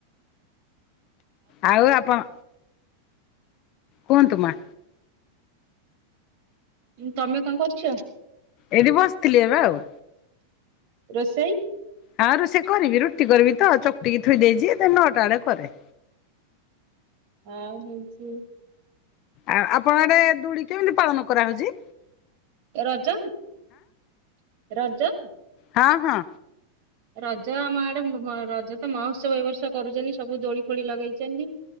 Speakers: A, on the left (about 40°); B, on the right (about 45°).
A: ଆଉ ଆପଣ କୁହନ୍ତୁ ମା?
B: ତମେ କଅଁ କରୁଚ?
A: ଏଇଠି ବସିଥିଲି ପା ଆଉ।
B: ରୋଷେଇ?
A: ହଁ ଋଷେଇ କରିବି ରୁଟି କରିବି ତ ଚକଟିକି ଥୋଇ ଦେଇଚି ନଅଟା ବଡେ କରେ।
B: ଆଉ ହୋଉଚି
A: ଆଉ ଆପଣ ଆଡେ ଦୁଳି କେମିତି ପାଳନ କରାହୋଉଚି?
B: ଏ ରଜ ରଜ
A: ହଁ ହଁ।
B: ରଜ ଆମ ଆଡେ ରଜ ତ ମହୋତ୍ସବ ଏ ବର୍ଷା କରୁଚନ୍ତି ସବୁ ଦୋଳି ଫୋଳି ଲଗେଇଚନ୍ତି।